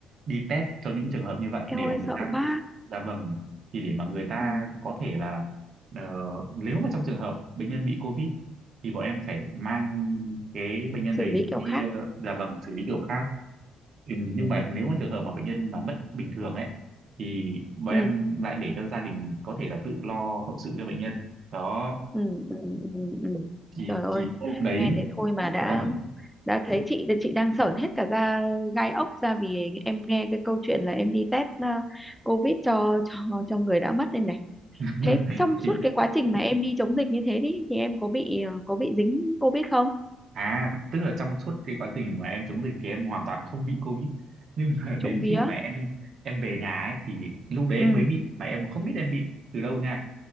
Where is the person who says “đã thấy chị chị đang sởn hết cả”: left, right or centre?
Centre